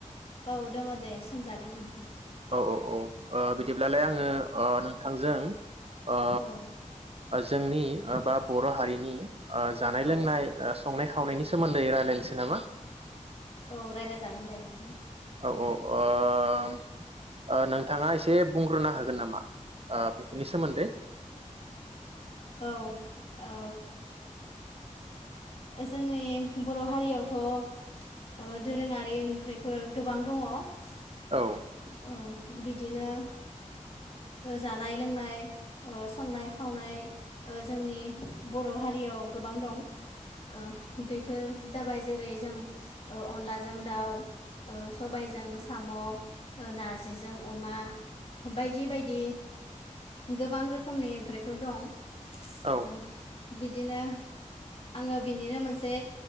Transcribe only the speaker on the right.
औ औ औ ओ बिदिब्लालाय आंङो ओ नोंथांजों ओ
जोंनि बा बर' हारिनि ओ जानाय,
लोंनाय, संनाय, खा खावनायनि सोमोन्दै रायलायनोसै नामा।
औ औ ओम नोंथाङा एसे बुंग्रोना होगोन नामा ओ बेफोरनि सोमोन्दै?
औ
औ